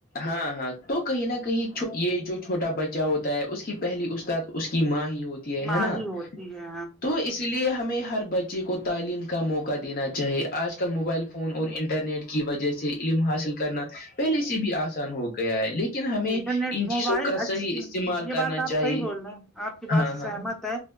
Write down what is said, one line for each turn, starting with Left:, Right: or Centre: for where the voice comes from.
Left: ہاں ہاں تو کہیں نہ کہیں یہ جو چھوٹا بچہ ہوتا ہے اس کی پہلی استاد اس کی ماں ہی ہوتی ہے
Centre: ماہی
Left: ہے نا
Centre: ہوتی ہے
Left: تو اس اس لیے ہمیں ہر بچے کو تعلیم کا موقع دینا چاہیے آج کل موبائل فون اور انٹرنیٹ کی وجہ سے علم حاصل کرنا پہلے سے بھی آسان ہو گیا ہے لیکن ہمیں
Centre: انٹرنیٹ
Left: ان
Centre: موبائل
Left: چیزوں کا
Centre: اچھا
Left: صحیح استعمال
Centre: یہ بات
Left: کرنا
Centre: آپ
Left: چاہیے
Centre: صحیح بول رہے ہیں آپ کی بات
Left: ہاں
Centre: سے سہمت
Left: ہاں
Centre: ہے